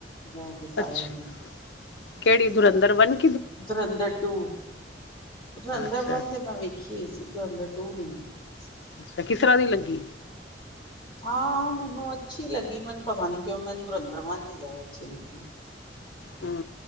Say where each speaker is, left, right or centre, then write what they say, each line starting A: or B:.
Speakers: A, on the left; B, on the left.
A: ਬਹਿ ਕੇ ਸਾਰਿਆਂ
B: ਅੱਛਾ
A: ਨੇ
B: ਕਿਹੜੀ ਧੁਰੰਧਰ ਵਨ?
A: ਧੁਰੰਧਰ ਟੂ। ਧੁਰੰਧਰ
B: ਅੱਛਾ
A: ਵਨ ਤੇ ਮੈਂ ਵੇਖੀ ਹੋਈ ਸੀ, ਤੇ ਧੁਰੰਧਰ ਟੂ ਨਹੀਂ ਮੈਂ ਵੇਖੀ ਸੀ।
B: ਅੱਛਾ, ਕਿਸ ਤਰਾਂ ਦੀ ਲੱਗੀ?
A: ਹਾਂ ਮੈਨੂੰ ਅੱਛੀ ਲੱਗੀ, ਮੈਨੂੰ ਪਤਾ ਨੀ ਕਿਉਂ ਮੈਨੂੰ ਧੁਰੰਧਰ ਵਨ ਨੀ ਜ਼ਿਆਦਾ ਅੱਛੀ ਲੱਗੀ।
B: ਹਮ,